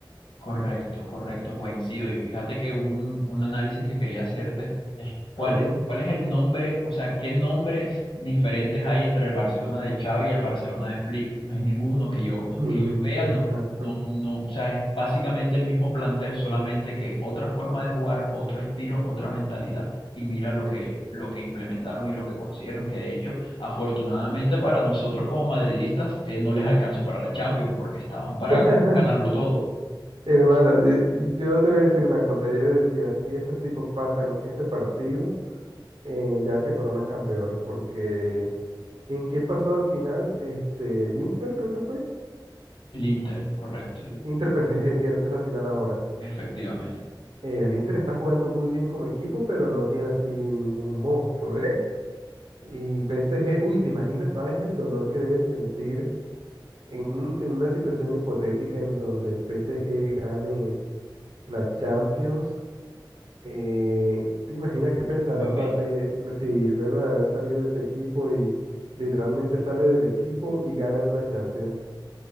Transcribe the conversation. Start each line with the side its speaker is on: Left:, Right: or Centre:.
Left: Correcto, correcto, coincido. Y fíjate que un, un análisis que quería hacerte es cuál,
Right: A ver,
Left: es- cuál es el nombre, o sea, qué nombres diferentes hay entre el Barcelona de Xavi y el Barcelona de Flick. No hay ninguno que yo,
Right: ni-
Left: que yo vea, no,
Right: exacto.
Left: no, no, o sea, es básicamente el mismo plantel, solamente que otra forma de jugar, otro estilo, otra mentalidad. Y mira lo que, lo que implementaron y lo que consiguieron, que de hecho, afortunadamente para nosotros como madridistas, eh, no les alcanzó para la Champions, porque estaban para
Right: <laughs>
Left: ganarlo todo.
Right: Hermano, yo, yo te voy a decir una cosa. Yo decía, si esos tipos pasan ese partido. eh, ya se coronan campeones, porque ¿quién, quién pasó al final? Este, el Inter creo que fue.
Left: El Inter, correcto,
Right: Inter PSG, cierto, es la final ahora.
Left: efectivamente.
Right: Eh, el Inter está jugando muy bien como equipo, pero no tiene así ningún monstruo, ¿eh? Y PSG, uy, ¿te imaginas, sabes el dolor que debe sentir en, un- en una situación hipotética en donde el PSG gane la Champions? Eh, ¿te imaginas qué pensará
Left: Mbappé.
Right: Mbappé si luego de haber salido de ese equipo y literalmente sale del equipo y ganan una Champions?